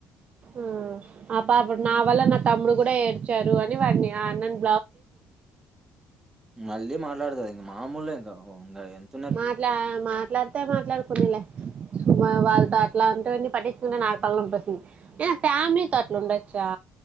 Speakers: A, on the right (about 45°); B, on the right (about 20°).
A: ఆ ఆ పాప నా వల్ల నా తమ్ముడు కూడ ఏడ్చారు అని వాడ్ని, ఆ అన్నన్
B: మళ్ళీ మాట్లాడుతది ఇంకా మామూలె ఇంకా ఇ ఎంత.
A: మాట్లాన్ మాట్లాడితే, మాట్లాడుకొనీలే. వాళ్ళతో అట్లా ఉంటేవన్నీ పట్టించుకుంటే నాకు తలనొప్పి వస్తుంది, ఐనా ఫ్యామిలీతో అట్లా ఉండొచ్చా.